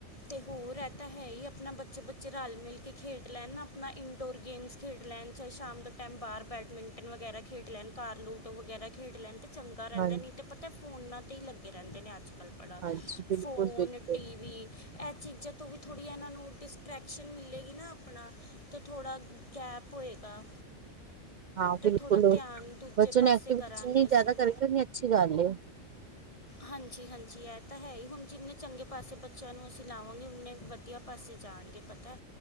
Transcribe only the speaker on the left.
ਤੇ ਹੋਰ ਇਹ ਤਾਂ ਹੈ ਈ ਆਪਣਾ ਬੱਚੇ- ਬੱਚੇ ਰਲ- ਮਿਲ ਕੇ ਖੇਡ ਲੈਣ ਆਪਣਾ ਇਨਡੋਰ ਗੇਮਸ ਖੇਡ ਲੈਣ। ਚਾਹੇ ਸ਼ਾਮ ਦੇ ਟਾਈਮ ਬਾਹਰ ਬੈਡਮਿੰਟਨ ਵਗੈਰਾ ਖੇਡ ਲੈਣ, ਘਰ ਲੂਡੋ ਵਗੈਰਾ ਖੇਡ ਲੈਣ ਤੇ ਚੰਗਾ ਰਹਿੰਦਾ
ਨਹੀਂ ਅਤੇ ਪਤਾ ਫੋਨਾਂ 'ਤੇ ਹੀ ਲੱਗੇ ਰਹਿੰਦੇ ਨੇ ਅੱਜ-ਕੱਲ। ਬੜਾ
ਫੋਨ,
ਟੀ ਵੀ। ਇਹ ਚੀਜ਼ਾਂ ਤੋਂ ਵੀ ਥੋੜੀ ਇਹਨਾਂ ਨੂੰ ਡਿਸਟਰੈਕਸ਼ਨ ਮਿਲੇਗੀ ਨਾ ਆਪਣਾ। ਤਾਂ ਥੋੜਾ, ਗੈਪ ਹੋਏਗਾ।
ਅਤੇ
ਥੋੜ੍ਹਾ ਧਿਆਨ ਦੂਜੇ
ਪਾਸੇ
ਕਰਾਂਗੇ
ਅਸੀਂ
ਹਾਂਜੀ- ਹਾਂਜੀ, ਇਹ ਤਾਂ ਹੈ ਈ, ਹੁਣ ਜਿੰਨੇ ਚੰਗੇ ਪਾਸੇ ਬੱਚਿਆਂ ਨੂੰ ਲਾਵਾਂਗੇ, ਉਨੇ ਵਧੀਆ ਪਾਸੇ ਜਾਣਗੇ, ਪਤਾ ਐ।